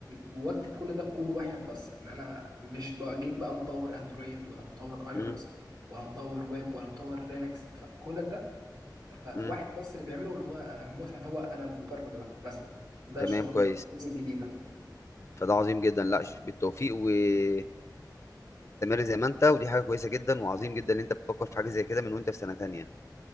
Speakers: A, on the right; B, on the left.
A: واكتب كل ده بكود واحد بس يعني انا مش بجيب بقى مطور اندرويد ولا مطور اي
B: امم
A: او اس ولا مطور ويب ولا مطور لينكس فكل ده فواحد
B: امم
A: بس اللي بيعمله اللي هو انا مثلا هو انا المبرمج ده مثلا ده
B: تمام
A: الشغل
B: كويس
A: الجزء الجديده
B: فده عظيم جدا لا ش- بالتوفيق واستمر زي ما انت ودي حاجة كويسة جدا وعظيم جدا ان انت بتفكر في حاجة زي كده من وانت في سنة تانية